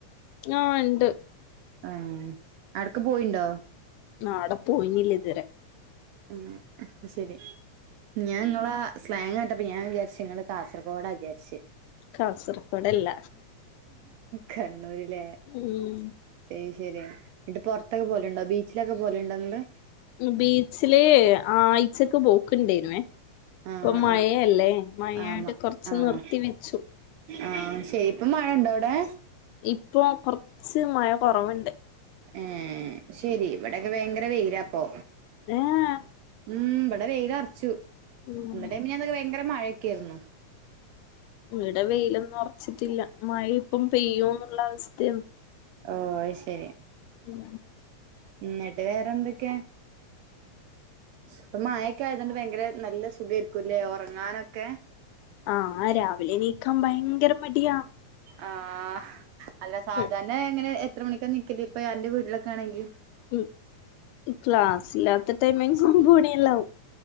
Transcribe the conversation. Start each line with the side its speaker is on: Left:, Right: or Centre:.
Left: ആഹ് ഉണ്ട്
Right: ഉം അട്ക്ക് പോയിണ്ടോ
Left: ആടെ പോയില്ല ഇതരെ
Right: ആഹ് അപ്പോ ശരി ഞാൻ നിങ്ങള സ്ലാങ് കേട്ടപ്പ ഞാൻ വിചാരിച്ച് നിങ്ങള് കാസർകോഡാ വിചാരിച്ച്
Left: കാസർകോഡല്ല
Right: കണ്ണൂര് ല്ലേ
Left: ഉം
Right: അയ് ശരി എന്നിട്ട് പുറത്തൊക്കെ പോവാലുണ്ടോ ബീച്ചിലൊക്കെ പോവാലുണ്ടോ നിങ്ങള്
Left: ബീച്ചില് ആയിചക്ക് പോക്കുണ്ടായിരുന്നേ
Right: ആഹ്
Left: ഇപ്പൊ മയയല്ലേ മയയാണ്ട്
Right: ആഹ് ആഹ്
Left: കുറച്ച്
Right: ആഹ്
Left: നിർത്തി വെച്ചു
Right: ആഹ് ശയിപ്പം മഴ ഉണ്ടോ അവിടെ
Left: ഇപ്പൊ കുറച്ച് മഴ കുറവുണ്ട്
Right: ഏഹ് ശരി ഇവിടൊക്കെ ഭയങ്കര വെയിലപ്പോ
Left: ഏഹ്
Right: ഉം ഇവിടെ വെയില് അർച്ചു
Left: ഉം
Right: ഇന്നലെ മിനിഞ്ഞാന്നൊക്കെ ഭയങ്കര മഴക്കെ ആയിരുന്നു
Left: ഇവിടെ വെയിലൊന്നും അർച്ചിട്ടില്ല മഴ ഇപ്പം പെയ്യോന്നുള്ള അവസയാണ്
Right: ആഹ് അയ്ശരി
Left: ഉം
Right: ന്നിട്ട് വേറെന്തെക്കെ ഇപ്പ മയൊക്കെ ആയതുകൊണ്ട് ഭയങ്കര നല്ല സുഖയിരിക്കുല്ലേ ഉറങ്ങാനൊക്കെ
Left: ആഹ് രാവിലെ എണീക്കാൻ ഭയങ്കര മടിയാ
Right: ആഹ് അല്ല സാധാരണ
Left: ഉം
Right: എങ്ങനെ എത്ര മണിക്കാ നിക്കല് ഇപ്പൊ അന്റെ വീട്ടിലൊക്കെ ആണെങ്കിൽ
Left: ഉം ക്ലാസ്സില്ലാത്ത ടൈമിങ് ഒമ്പത് മണിയെല്ലാവും